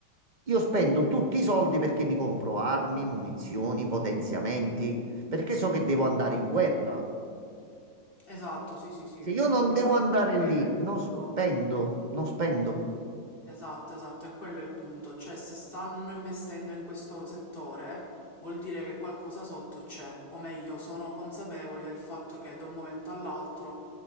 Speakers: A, on the right (about 30°); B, on the left (about 25°).
A: io spendo tutti i soldi perché mi compro armi, munizioni, potenziamenti, perché so che devo andare in guerra.
B: esatto, sì, sì, sì.
A: Se io non
B: Infatti
A: devo andare
B: quello
A: lì,
B: è il
A: non
B: punto.
A: spendo, non spendo.
B: Esatto, esatto, è quello il punto, cioè se stanno investendo in questo settore vuol dire che qualcosa sotto c'è, o meglio, sono consapevoli del fatto che da un momento all'altro